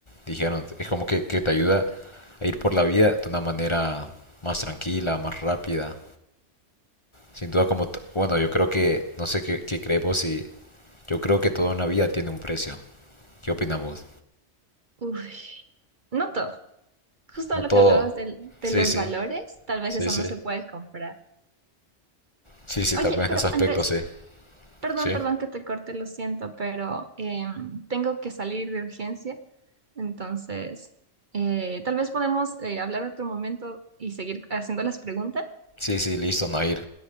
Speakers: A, on the left (about 25°); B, on the right (about 40°).
A: dijeron. Es como que, que te ayuda a ir por la vida de una manera más tranquila, más rápida. Sin duda, como, t- bueno, yo creo que, no sé qué, qué crees vos y yo creo que todo en la vida tiene un precio. ¿Qué opinas vos?
B: Uy, No todo. Justo
A: No
B: lo
A: todo.
B: que hablabas del- de,
A: Sí,
B: los
A: sí,
B: valores, tal vez
A: sí,
B: eso
A: sí.
B: no se puede comprar.
A: Sí, sí,
B: Oye,
A: tal vez en
B: pero
A: ese aspecto,
B: Andrés,
A: sí.
B: perdón,
A: Sí,
B: perdón que te corte, lo siento, pero em, tengo que salir de urgencia. Entonces, eh, tal vez podemos eh, hablar otro momento y seguir haciendo las preguntas.
A: sí, sí, listo, Nair.